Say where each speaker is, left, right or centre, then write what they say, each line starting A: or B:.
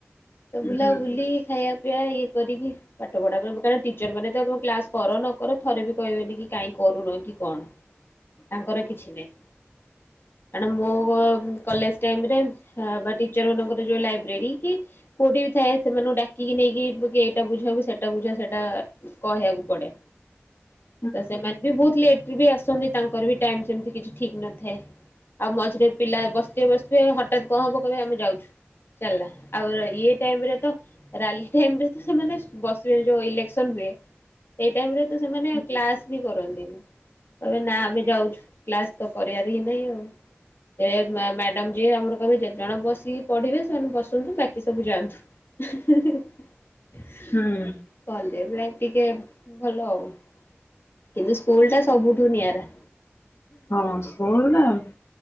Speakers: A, on the left; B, on the left.
A: ତ
B: ହଁ
A: ବୁଲାବୁଲି
B: ହୁଁ।
A: ଖାଇବା ପିଇବା ଇଏ କରିକି ପାଠ ପଢା ପାଇଁ ଟିଚର ମାନେ ତମ କ୍ଲାସ କର ନ କର ଥରେ ବି କହିବେନି କି କାଇଁ କରୁନ କି କଣ?
B: ହ <unintelligible>
A: ତାଙ୍କର କିଛି ନାହିଁ କଣ ମୁଁ କଲେଜ ଟାଇମରେ ହ ବା ଟିଚର ମାନଙ୍କର ଯୋଉ ଲାଇବ୍ରେରୀ କି କୋଉଠି ବି ଥାଏ ସେମାନଙ୍କୁ ଡାକିକି ନେଇକି କି ଏଇଟା ବୁଝା କି ସେଟା ବୁଝା ସେଟା କହିବାକୁ ପଡେ
B: ହ <unintelligible>
A: ତ ସେମାନେ ବି ବହୁତ ଲେଟରେ ବି ଆସନ୍ତି ତାଙ୍କର ବି ଟାଇମ ସେମତି କିଛି ଠିକ ନଥାଏ। ଆଉ ମଝିରେ ପିଲା ବସିଥିବେ ବସିଥିବେ ହଠାତ୍ କଣ ହବ କହେ ଆମେ ଯାଉଛୁ। ଚାଲିଲା ଆଉ ର ୟେ ଟାଇମର ତ ରାଲି ଟାଇମରେ ତ ସେମାନେ ବସିବେ ଯୋଉ ଇଲେକ୍ସନ ହୁଏ ସେଇ ଟାଇମ ରେ ତ ସେମାନେ କ୍ଲାସ ବି କରନ୍ତିନି ତବେ ନା ଆମେ ଯାଉଛୁ କ୍ଲାସ ତ କରିବାର ହିଁ ନାହିଁ ଆଉ। ଏ ମ୍ୟାଡାମ ଯିଏ ଆମର କହିବେ ଯେତେ ଜଣ ବସିକି ପଢିବେ ସେମାନେ ବସନ୍ତୁ ବାକି ସବୁ ଯାଆନ୍ତୁ। <unintelligible>
B: ହୁଁ।
A: କଲେଜ ଲାଇଫ ଟିକେ ଭଲ ଆଉ। କିନ୍ତୁ ସ୍କୁଲ ଟା ସବୁଠୁ ନିଆରା।
B: ହଁ ସ୍କୁଲ ଡାଆଉ।